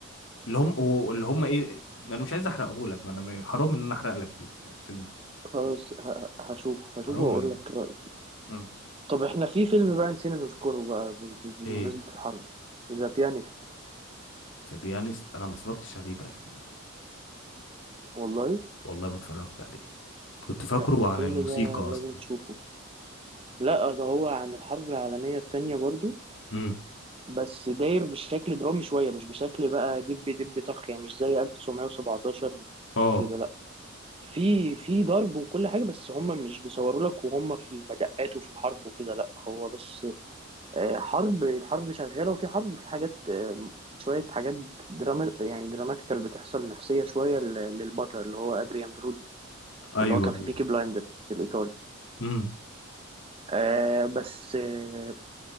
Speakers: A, on the left; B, on the right.
A: اللي هم هو- اللي هم إيه أنا مش عايز أحرقه لك ما أنا ما- حرام إن أنا أحرق لك ال- الفيلم ده
B: خلاص ه- هشوف هشوف
A: حرام
B: واقول
A: إن أنا-
B: لك رايي
A: مم.
B: طب احنا في فيلم بقى نسينا نذكره بقى ب- ب- بمناسبه
A: إيه
B: الحرب ذا بيانيست
A: طب يعني است- أنا ما اتفرجتش عليه بقى الفيلم ده
B: والله
A: والله ما اتفرجت عليه كنت فاكره
B: لا، الفيلم
A: عن الموسيقى
B: ده لازم
A: اصلا
B: تشوفه لا ده هو عن الحرب العالميه التانية برضو
A: امم
B: بس داير بشكل درامي شوية مش بشكل بقى دب دب طخ يعني مش زي 1917 وكده
A: اه
B: لا في في ضرب وكل حاجة بس هم مش بيصوروا لك وهم في المدقات وفي الحرب وكده لا هو بس آه، حرب الحرب شغالة وفي حرب وفي حاجات آه، شوية حاجات دراما يعني دراماتيكال بتحصل نفسية شوية ل- للبطل اللي هو أدريان برودي
A: ايوه
B: اللي هو كان في
A: ايوه
B: بيكي بلايندرز الإيطالي
A: امم
B: آه بس آه